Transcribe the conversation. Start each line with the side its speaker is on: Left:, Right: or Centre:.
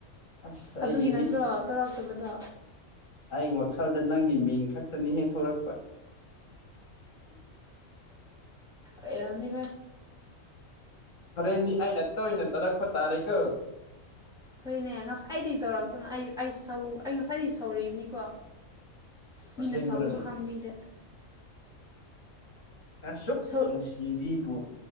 Left: ꯑꯁ
Centre: ꯑꯗꯨꯒꯤ
Left: ꯑꯩꯒꯤ
Centre: ꯅꯠꯇ꯭ꯔꯣ ꯇꯧꯔꯥꯛꯇꯕꯗꯣ
Left: ꯑꯩ ꯋꯥꯈꯜꯗ ꯅꯪꯒꯤ ꯃꯤꯡ ꯈꯛꯇꯅꯤ ꯍꯦꯛꯊꯣꯔꯛꯄ
Centre: ꯑꯥꯔꯝꯅꯤ ꯍꯥ
Left: ꯍꯣꯔꯦꯟꯗꯤ ꯑꯩꯅ ꯇꯣꯏꯅ ꯇꯥꯔꯛꯄ ꯇꯥꯔꯦꯀꯣ
Centre: ꯍꯣꯏꯅꯦ ꯉꯁꯥꯏꯗꯒꯤ ꯇꯧꯔꯛꯇꯅ ꯑꯩ ꯁꯧ ꯑꯩ ꯉꯁꯥꯏꯗꯒꯤ ꯁꯧꯔꯤꯕꯅꯤꯀꯣ ꯃꯤꯅꯠꯁꯥꯎꯕꯁꯨ
Left: ꯑꯁꯦꯡꯕꯔꯅꯦ
Centre: ꯈꯥꯡꯕꯤꯗꯦ
Left: ꯑꯁꯨꯛ
Centre: ꯁꯧ
Left: ꯅꯨꯡꯁꯤꯕꯤꯕꯨ